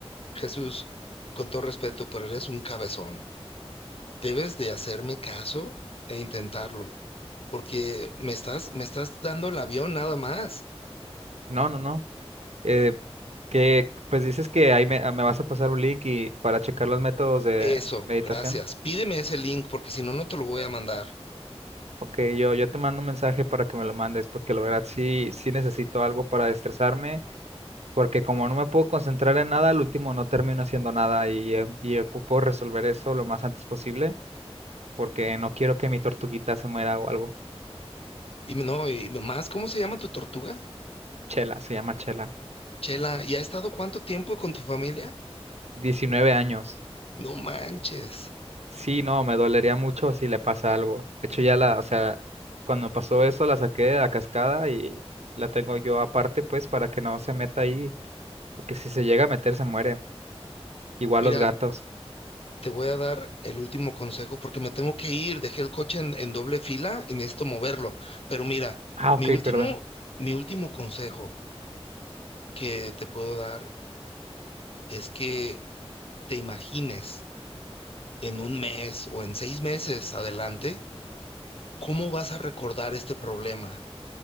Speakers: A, on the left; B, on the right.
A: Jesús, con todo respeto, pero eres un cabezón. Debes de hacerme caso e intentarlo, porque me estás, me estás dando el avión nada más.
B: No, no, no. Eh, que pues dices que ahí me, me vas a pasar un link y para checar los métodos de
A: Eso,
B: meditación.
A: gracias. Pídeme ese link porque si no, no te lo voy a mandar.
B: Ok, yo, yo te mando un mensaje para que me lo mandes, porque la verdad sí, sí necesito algo para estresarme porque como no me puedo concentrar en nada, al último no termino haciendo nada y, eh, y ocupo resolver eso lo más antes posible, porque no quiero que mi tortuguita se muera o algo.
A: Y no, y más, ¿cómo se llama tu tortuga?
B: Chela, se llama Chela.
A: Chela, ¿y ha estado cuánto tiempo con tu familia?
B: diecinueve años.
A: No manches.
B: Sí, no, me dolería mucho si le pasa algo. De hecho, ya la, o sea, cuando pasó eso la saqué de la cascada y la tengo yo aparte, pues, para que no se meta ahí, porque si se llega a meter se muere. Igual
A: Mira,
B: los gatos.
A: te voy a dar el último consejo porque me tengo que ir. Dejé el coche en, en doble fila y necesito moverlo. Pero mira,
B: Ah, ok,
A: mi último,
B: perdón.
A: mi último consejo que te puedo dar es que te imagines en un mes o en seis meses adelante cómo vas a recordar este problema.